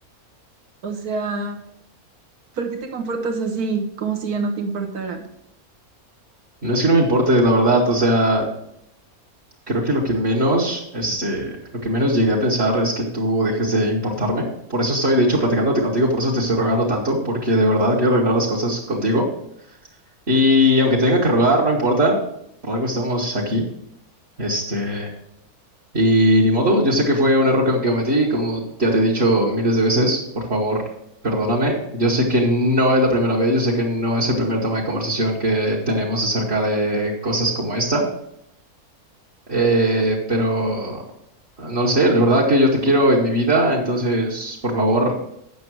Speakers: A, on the right; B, on the right.
A: o sea... ¿Por qué te comportas así, como si ya no te importara?
B: No es que no me importe, la verdad, o sea, creo que lo que menos este lo que menos llegué a pensar es que tú dejes de importarme. Por eso estoy de hecho platicándote contigo, por eso te estoy rogando tanto, porque de verdad quiero arreglar las cosas contigo. Y aunque tenga que rogar, no importa, por algo estamos aquí. Este, y ni modo, yo sé que fue un error que me cometí, como ya te he dicho miles de veces, por favor, perdóname. Yo sé que no es la primera vez, yo sé que no es el primer tema de conversación que tenemos acerca de cosas como esta, eh, pero no lo sé, de verdad que yo te quiero en mi vida, entonces, por favor,